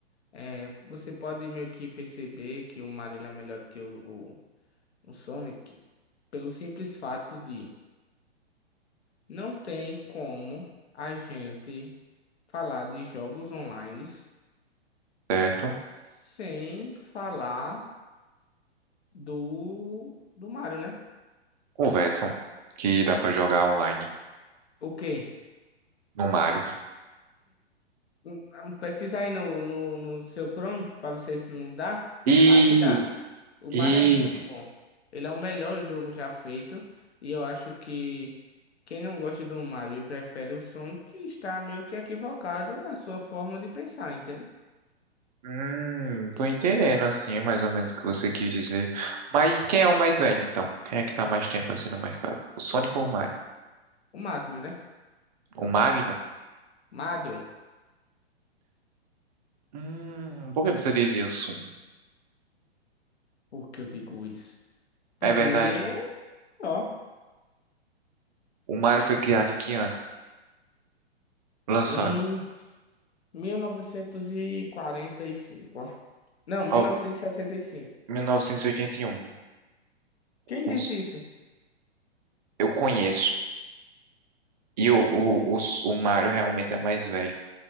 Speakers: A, on the left; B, on the right.
A: é, você pode meio que perceber que o Mario ele é melhor do que o, o, o Sonic pelo simples fato de não tem como a gente falar de jogos online
B: certo?
A: sem falar do, do Mario, né?
B: Conversam que dá pra jogar online
A: O quê?
B: no Mario.
A: Hum, Pesquisa aí no, no, no seu Chrome pra você se não dá.
B: E,
A: Claro que dá. O
B: e,
A: Mario é muito bom. Ele é o melhor jogo já feito. E eu acho que quem não gosta do Mario e prefere o Sonic está meio que equivocado na sua forma de pensar, entende?
B: hum, tô entendendo assim, é mais ou menos o que você quis dizer. Mas quem é o mais velho, então? Quem é que tá mais tempo assim no mercado? O Sonic ou o Mario?
A: O Mario, né?
B: O Magnum?
A: Mario,
B: Hum, por que você diz isso?
A: por que eu digo isso? Porque,
B: É verdade.
A: ó,
B: O Mario foi criado em que ano? Lançado.
A: em mil novecentos e e quarenta e cinco, ó. Não, mil
B: Ó,
A: novecentos e sessenta e cinco.
B: 1981.
A: Quem
B: Os,
A: disse isso?
B: eu conheço. E o, o, o, o Mario realmente é mais velho.